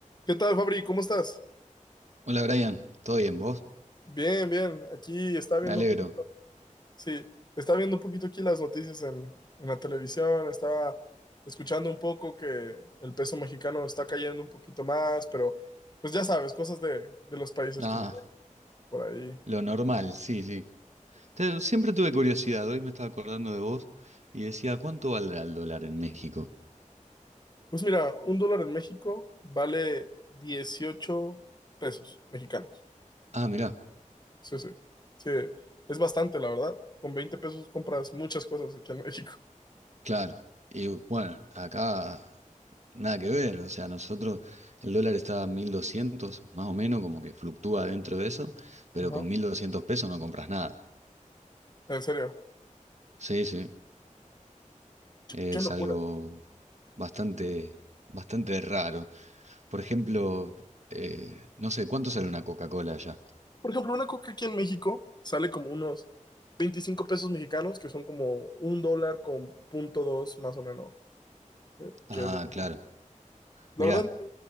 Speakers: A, on the left; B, on the right.
A: ¿Qué tal, Fabri? ¿Cómo estás?
B: Hola Brian, ¿todo bien vos?
A: Bien, bien. Aquí está viendo
B: Me alegro.
A: un poquito. Sí, está viendo un poquito aquí las noticias en, en la televisión. Estaba escuchando un poco que el peso mexicano está cayendo un poquito más, pero pues ya sabes, cosas de, de los países
B: Ah,
A: como que por ahí.
B: lo normal, sí, sí. Te- siempre tuve curiosidad, hoy me estaba acordando de vos y decía, ¿cuánto valdrá el dólar en México?
A: Pues mira, un dólar en México vale dieciocho pesos mexicanos.
B: Ah, mirá,
A: Sí, sí. Sí, es bastante, la verdad. Con 20 pesos compras muchas cosas aquí en México.
B: claro. Y bueno, acá nada que ver, o sea, nosotros el dólar está a 1200 más o menos, como que fluctúa dentro de eso, pero
A: Ajá.
B: con 1200 pesos no compras nada.
A: En serio.
B: Sí, sí, es
A: Qué locura.
B: algo bastante, bastante raro. Por ejemplo, eh, no sé, ¿cuánto sale una Coca-Cola allá?
A: Por ejemplo, una coca aquí en México sale como unos 25 pesos mexicanos, que son como un dólar con punto dos más o menos, eh, que
B: Ah,
A: es lo que
B: claro.
A: cuesta. La
B: Mirá,
A: verdad, no,